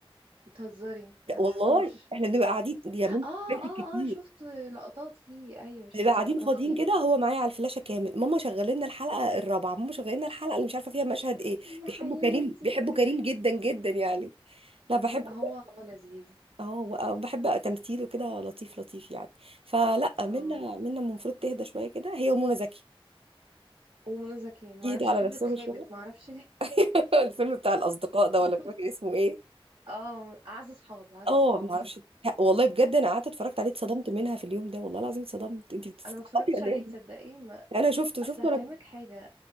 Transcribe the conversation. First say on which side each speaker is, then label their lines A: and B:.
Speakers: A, on the right; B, on the right.
A: بتهزري
B: لا
A: انا
B: والله
A: مشفتوش
B: احنا بنبقى قاعدين دي يا بنتي
A: اه
B: فايتك
A: اه
B: كتير
A: اه شفت لقطات ليه ايوه شفت
B: بنبقى قاعدين
A: لقطات
B: فاضيين
A: ليه
B: كده هو معايا على الفلاشه كامل ماما شغلنا لنا الحلقه الرابعه ماما شغلنا لنا الحلقه اللي مش عارفه فيها مشهد ايه
A: يا
B: بيحبوا
A: حياتي
B: كريم بيحبوا كريم جدا جدا يعني لا بحبه
A: ب- هو هو لذيذ
B: اه بحب تمثيله كده لطيف لطيف يعني فلا
A: اه
B: منا منا المفروض تهدى شويه كده هي ومنى زكي
A: ومنى زكي ما
B: يهدى
A: اعرفش
B: على
A: كبرت
B: نفسهم
A: خابت
B: شويه
A: ما اعرفش ليه
B: <laughs> الفيلم بتاع الاصدقاء ده
A: <laughs>
B: ولا مش فاكر اسمه ايه
A: اه اعز اصحاب اعز
B: اه
A: اصحاب
B: ما اعرفش والله بجد انا قعدت اتفرجت عليه اتصدمت منها في اليوم ده والله العظيم اتصدمت انت بتستعبطي
A: انا ما اتفرجتش
B: ولا
A: عليه
B: ايه
A: تصدقي ما...
B: انا شفته
A: اصل
B: شفته
A: هفهمك
B: انا
A: حاجه